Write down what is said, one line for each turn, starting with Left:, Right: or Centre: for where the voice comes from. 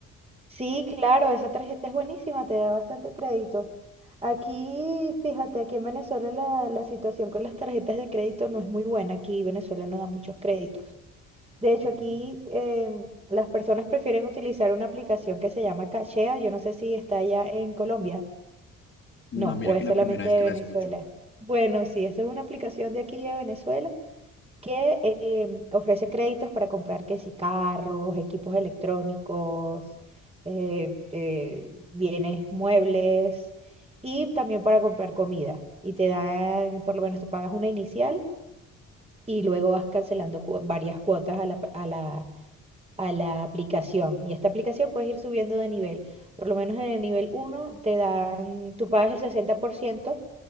Right: Sí, claro, esa tarjeta es buenísima, te da bastante crédito. Aquí, fíjate, aquí en Venezuela la, la situación con las tarjetas de crédito no es muy buena. Aquí Venezuela no da muchos créditos. De hecho,
Left: Ok.
Right: aquí em, las personas prefieren utilizar una aplicación que se llama Cachea. Yo no sé si está allá en Colombia.
Left: No,
Right: No,
Left: mira
Right: o es
Left: que la
Right: solamente
Left: primera vez
Right: de
Left: que
Right: Venezuela.
Left: la escucho.
Right: Bueno, sí, esa es una aplicación de aquí de Venezuela que em, ofrece créditos para comprar que sí, carros, equipos electrónicos, eh, eh, bienes muebles y también para comprar comida. Y te dan, por lo menos tú pagas una inicial y luego vas cancelando cu- varias cuotas a la, a la a la aplicación. Y esta aplicación puedes ir subiendo de nivel. Por lo menos en el nivel uno te dan, tú pagas el 60%